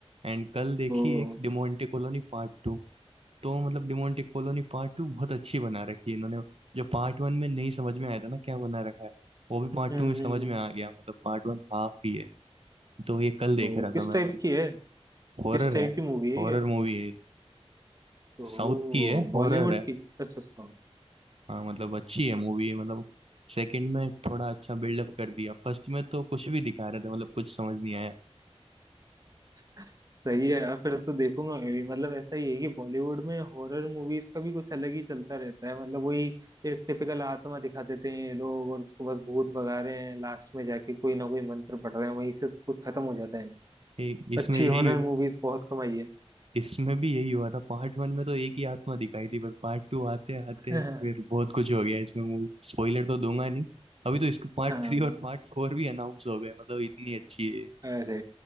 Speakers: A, on the right; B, on the right.
A: एंड कल देखी
B: तो
A: एक डिमोंटे कॉलोनी पार्ट टू तो मतलब डिमोंटे कॉलोनी पार्ट टू बहुत अच्छी बना रखी है इन्होंने जो पार्ट वन में नहीं समझ में आया था ना क्या बना रखा है वो भी पार्ट
B: हम्म
A: टू में समझ
B: हम्म,
A: में आ गया मतलब पार्ट वन हाफ ही है तो ये कल देख
B: तो
A: रहा
B: किस
A: था मैं
B: टाइप
A: मतलब
B: की है
A: हॉरर
B: किस टाइप
A: है
B: की मूवी है
A: हॉरर
B: ये
A: मूवी है
B: तो
A: साउथ की है
B: बॉलीवुड
A: हॉरर है
B: की अच्छा सॉन्ग
A: हाँ मतलब अच्छी है मूवी है मतलब सेकंड में थोड़ा अच्छा बिल्डअप कर दिया फर्स्ट में तो कुछ भी दिखा रहे थे मतलब कुछ समझ नहीं आया
B: <laughs> सही है यार, फिर तो देखूंगा मैं भी मतलब ऐसा ही है कि बॉलीवुड में हॉरर मूवीज का भी कुछ अलग ही चलता रहता है मतलब वही एक टिपिकल आत्मा दिखा देते हैं ये लोग और उसको बस भूत भगा रहे हैं लास्ट में जाके कोई ना कोई मंत्र पढ़ रहे हैं वहीं से सब कुछ खत्म हो जाता है
A: ए, इसमें
B: अच्छी
A: यही
B: हॉरर मूवीज बहुत कम आई है
A: इसमें भी यही हुआ था पार्ट वन में तो एक ही आत्मा दिखाई थी पर पार्ट टू आते आते
B: <laughs>
A: फिर बहुत कुछ हो गया इसमें मूवी स्पॉइलर तो दूंगा नहीं अभी तो इसके पार्ट
B: हाँ
A: थ्री और पार्ट फोर भी अनाउंस हो गए मतलब इतनी अच्छी है ये।
B: अरे